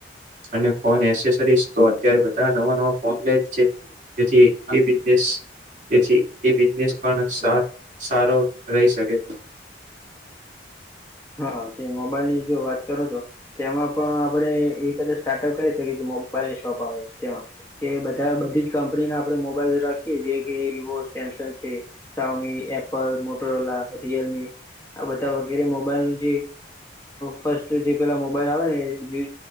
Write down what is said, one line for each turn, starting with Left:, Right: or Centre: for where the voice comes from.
Right: અને ફોન એસેસરીઝ તો અત્યારે બધા નવા નવા ફોન લે છે જેથી એ બિજનેસ પછી એ બિઝનેસ પણ સારો સારો રહી શકે છે.
Left: હા તે મોબાઈલની જો વાત કરો છો તેમાં પણ આપડે એક હજાર સ્ટાર્ટઅપ કરી શકે કે મોબાઈલની શોપ આવે તેમાં. કે બધા બધી જ કંપની ના આપડે મોબાઈલ રાખીએ જે કે વિવો સેમસંગ છે, સામી એપલ, મોટરોલા, રિયલમી આ બધા વગેરે મો મોબાઈલ ને જે ફસ્ટ જે પેલા મોબાઈલ આવે નેય.